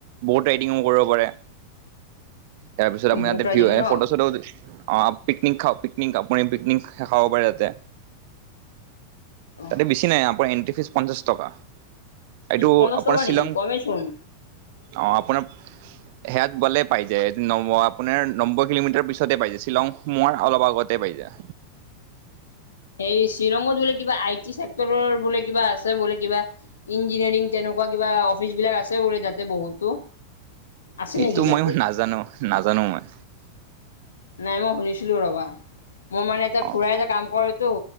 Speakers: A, on the right; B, on the left.
A: ব'ট ৰাইডিংও কৰিব পাৰে। তাৰ পিছত আপুনি
B: বহুত
A: ইয়াতে
B: ৰাইডিং
A: ভিও
B: ন
A: এ ফটো চটো- অঁ' পিকনিক খাও পিকনিক আপুনি পিকনিক খাব পাৰে ইয়াতে।
B: অহ,
A: তাতে বেছি নাই আপোনাৰ এণ্ট্ৰি ফিজ পঞ্চাশ টকা। এইটো
B: এ পঞ্চাশ
A: আপো-
B: টকা
A: মানে শ্বিলং
B: নেকি কমেই চোন
A: অ আপোনাৰ- সেয়াত গ'লে পাই যায়। নম আপোনাৰ নব্বৈ কিলোমিটাৰ পিছতে পাই যায়। শ্বিলং সোমোৱাৰ অলপ আগতেই পাই যায়।
B: এই শ্বিলঙত বোলে কিবা আই টি চছেক্টৰৰ বোলে কিবা আছে বোলে কিবা। ইঞ্জিনিয়াৰিং তেনেকুৱা কিবা অফিচ বিলাক আছে বোলে তাতে বহুতো। আছে
A: সেইটো
B: নেকি তাতে
A: মই নাজানো নাজানো মই।
B: নাই মই শুনিছিলো ৰ'বা, মই মানে এটা
A: অ'
B: খুৰা <unintelligible> কাম কৰেটো